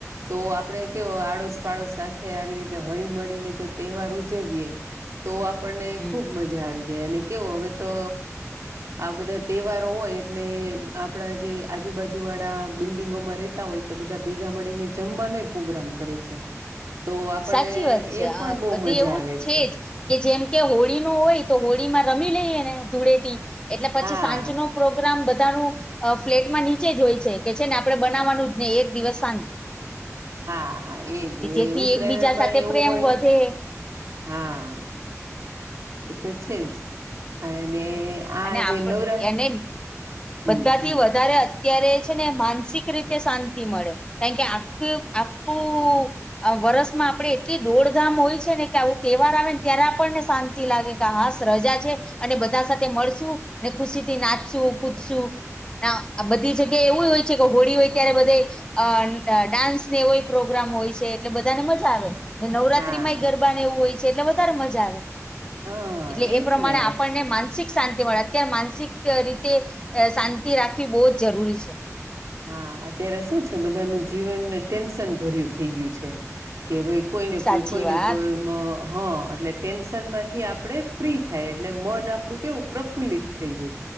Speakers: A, on the right; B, on the left.
A: તો આપણે કે આડોશ પાડોશ સાથે આવી રીતે હળી મળીને જો તહેવાર ઉજવીએ. તો આપણને
B: હમ
A: ખુબ મજા આવી જાય અને કેવો હવે તો આ બધા તહેવારો હોય એટલે આપણા જે આજુબાજુ વાળા બિલ્ડિંગોમાં રહેતા હોય. તો બધા ભેગા મળીને જમવાનોય પોગ્રામ કરે છે. તો આપણને
B: સાચી વાત છે
A: એ
B: આ
A: પણ બહુ
B: બધી
A: મજા
B: એવું
A: આવે છે.
B: જ કે જેમ કે હોળીનો હોય તો હોળીમાં રમી લઈએ ને ધૂળેટી એટલે પછી
A: હા
B: સાંજનો પ્રોગ્રામ બધાનું અ ફ્લેટમાં નીચે જ હોય છે. કે છે ને આપણે બનાવાનું જ નહી એક દિવસ શાંતિ.
A: હા હા એજ એ
B: જેથી
A: ઉત્તરાયણમાં
B: એકબીજા સાથે
A: એ એવું
B: પ્રેમ
A: હોય.
B: વધે
A: હા એતો છે જ અને આ
B: અને આપ
A: જે નવરાત્ર
B: એને
A: હમ
B: બધાથી
A: હમ
B: વધારે અત્ અત્યારે છે ને માનસિક રીતે શાંતિ મળે. કારણ કે આખે આખું અ વરસમાં આપડે એટલી દોડધામ હોય છે ને કે આવું તહેવાર આવે ને ત્યારે આપણને શાંત તી લાગે કે હાશ રજા છે અને બધા સાથ થે મળશું ને ખુશીથી નાચશું, કૂદશું. ના આ બધી જગ્યાએ એવું જ હોય છે કે હોળી હોય ત્યારે બધે અ ડાન્સને એવોય પ્રોગ્રામ હોય છે. એટલે બધાને મજા આવે. ને નવરાત્રી
A: હા
B: માંય ગરબાને એવું હોય છે એટલે વધારે મજા આવે.
A: હા
B: એટલે
A: એજ
B: એ પ્રમાણે
A: ને
B: આપણને માન શાંતિ મળે અત્યારે માનસિક રીતે અ શાંતિ રાખવી બહુ જ જરૂરી છે.
A: હા અત્યારે શું છે બધાનું જીવન ને ટેન્શન ભર્યું થઈ ગયું છે કે ભાઈ કોઈને
B: સાચી
A: કોઈ કોઈને
B: વાત
A: કોઈ હહ એટલે ટેન્શનમાંથી આપણે ફ્રી થાય એટલે મન આપણું કેવું પ્રફુલ્લિત થઈ જઈ.